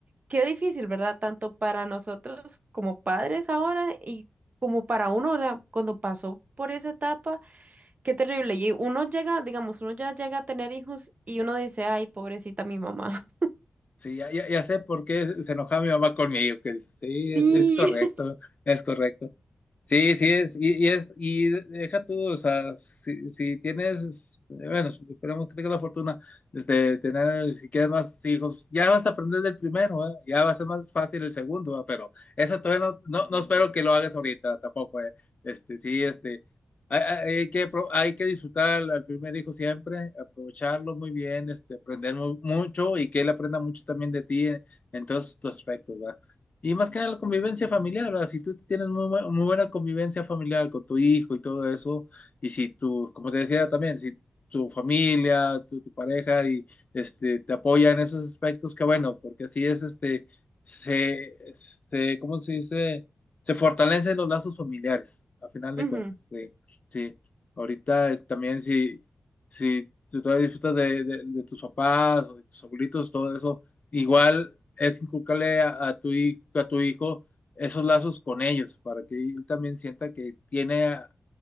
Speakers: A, on the right; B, on the left.
A: Qué difícil, ¿verdad? Tanto para nosotros como padres ahora y como para uno, ¿verdad? Cuando pasó por esa etapa, qué terrible. Y uno llega, digamos, uno ya llega a tener hijos y uno dice, ay, pobrecita mi mamá. <laughs>
B: Sí, ya, ya, ya sé por qué se enojaba mi mamá conmigo, que dice, sí, es,
A: Sí.
B: es correcto, es correcto. Sí, sí es, y, y es, y deja tú, o sea, si, si tienes, bueno, esperemos que tengas la fortuna, este, tener, si quieres más hijos, ya vas a aprender del primero, ¿eh? Ya va a ser más fácil el segundo, ¿eh? Pero eso todavía no, no, no espero que lo hagas ahorita tampoco, ¿eh? Este, sí, este, hay, hay- hay que, apro- hay que disfrutar al al primer hijo siempre, aprovecharlo muy bien, este, aprender mu- mucho y que él aprenda mucho también de ti en, en todos tus aspectos, ¿verdad? Y más que nada la convivencia familiar, ¿verdad? Si tú tienes muy, bu- muy buena convivencia familiar con tu hijo y todo eso, y si tú, como te decía también, si tu familia, tu, tu pareja y este te apoya en esos aspectos, que bueno, porque así es este se este, ¿cómo se dice? Se fortalecen los lazos familiares, a final de
A: <laughs> Ujú,
B: cuentas. Sí. Sí. Ahorita es también si si tú todavía disfrutas de, de de tus papás o de tus abuelitos, todo eso, igual es inculcarle a, a tu hijo, a tu hijo esos lazos con ellos, para que él también sienta que tiene a